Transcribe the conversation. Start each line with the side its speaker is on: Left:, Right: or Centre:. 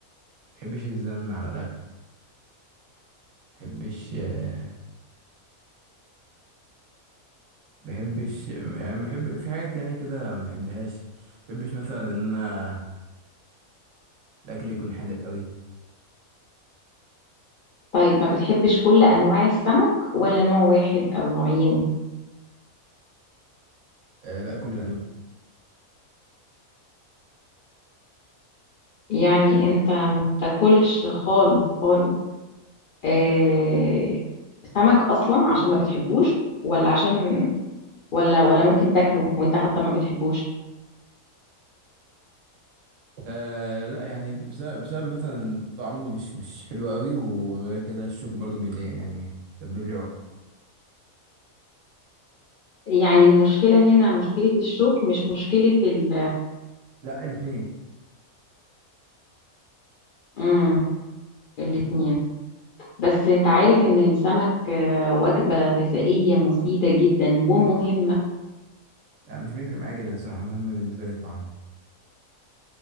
Right: ما بحبش الزن على الاكل ما بحبش آه، ما بحبش يعني بحب في حاجات يعني كده ما بحبهاش ما بحبش مثلا ان انا الاكل يكون حادق قوي
Left: طيب ما بتحبش كل أنواع السمك ولا نوع واحد أو نوعين
Right: آه لا كل الانواع
Left: يعني أنت ما تاكلش خالص خالص آه، سمك اصلا عشان ما بتحبوش ولا عشان ولا ولا ممكن تاكله وانت حتى ما بتحبوش
Right: آه لا يعني بسبب, بسبب مثلا طعمه مش مش حلو قوي وغير كده الشوك برضو بيضايقني يعني سبب لي عقد
Left: يعني المشكله هنا مشكله الشوك مش مشكله ال
Right: لا الاثنين
Left: امم الاثنين بس انت عارف ان السمك آه، وجبه غذائيه مفيده جدا ومهمه
Right: لا مش بيفرق معايا جدا الصراحه مهم بالنسبه لي الطعم